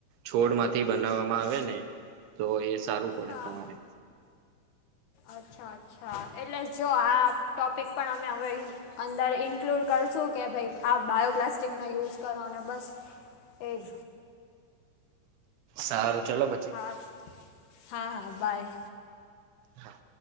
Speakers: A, on the right; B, on the left.
A: છોડ માંથી બનાવવામાં આવે ને તો એ સારું પડે
B: હા
A: તમારે
B: અચ્છા અચ્છા એટલે જો આ ટોપિક પણ અમે હવે ઈ અંદર ઇન્ક્લુડ કરશું કે ભાઈ આ બાયોપ્લાસ્ટિક ના યુઝ કરવાના બસ એેજ
A: સારું ચલો પ
B: હા હા હા બાય
A: હા